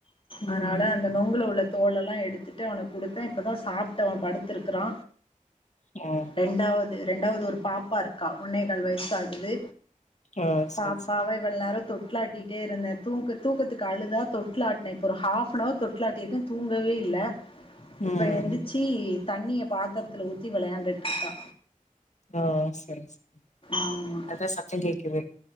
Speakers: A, on the left; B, on the left.
A: அதனால
B: ம்
A: அந்த நொங்குல உள்ள தோல் எல்லா எடுத்துட்டு அவனுக்கு குடுத்தே இப்ப தா சாப்பிட்டு அவன் படுத்துருக்கிறா
B: ஆ
A: ரெண்டாவது ரெண்டாவது ஒரு பாப்பா இருக்கா ஒன்னேகால் வயசாகுது
B: ஓ
A: பாப்பாவ
B: சேரி சேரி
A: இவ்ள நேர தொட்லாட்டிகிட்டே இருந்தே தூங்க தூக்கத்துக்கு அழுதா தொட்லாட்னே இப்போ ஒரு ஹாஃப் நவர் தொட்டிலாட்னே தூங்கவே இல்ல இப்ப
B: ம்
A: எந்திச்சி தண்ணிய பாத்திரத்துல ஊத்தி விளையாண்டுட்டு இருக்கா
B: ஆ செர் செர்
A: ஆமா
B: எதோ சத்தோ கேக்குது